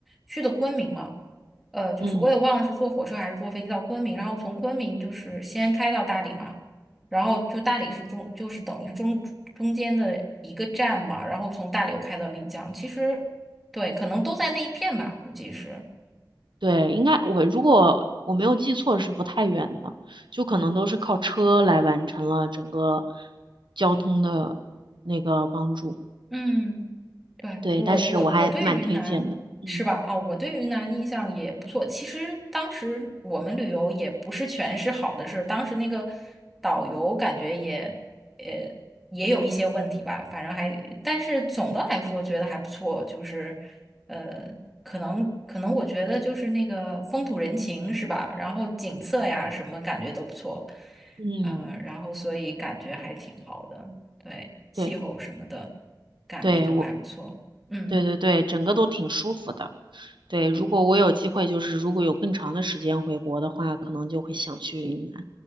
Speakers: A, in the centre; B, on the right (about 85°).
A: 去的昆明嘛，呃，就是我也忘了是坐火车还是坐飞机到昆明，
B: 嗯，
A: 然后从昆明就是先开到大理嘛，然后就大理是中，就是等于是中中间的一个站嘛，然后从大理又开到丽江，其实对，可能都在那一片吧，估计是，
B: 对，应该我如果我没有记错是不太远的，就可能都是靠车来完成了整个交通的那个帮助。
A: 嗯。对，
B: 对，
A: 我我我对云南是吧？
B: 但是我还蛮推荐的。嗯
A: 啊、我对云南印象也不错。其实当时我们旅游也不是全是好的事儿，当时那个导游感觉也呃也有一些问题吧，反正还，但是总的来说觉得还不错，就是呃可能可能我觉得就是那个风土人情是吧？然后景色呀什么感觉都不错，
B: 嗯，
A: 嗯、然后所以感觉还挺好的。对，气候什么的，
B: 对。
A: 感觉就还不错。
B: 对，我，
A: 嗯
B: 对对对，整个都挺舒服的。对，如果我有机会，就是如果有更长的时间回国的话，可能就会想去云南。